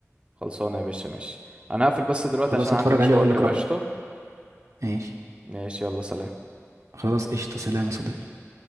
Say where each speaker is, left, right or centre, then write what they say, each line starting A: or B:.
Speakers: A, on the right; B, on the right.
A: خلصانه يا باشا ماشي انا هقفل بس دلوقتي
B: خلاص
A: عشان
B: هتفرج
A: عندي مشوار
B: عليه وأقول
A: كده
B: لك رأيي
A: قشطه
B: ماشي
A: ماشي يلا سلام
B: خلاص قشطة سلام يا صديقي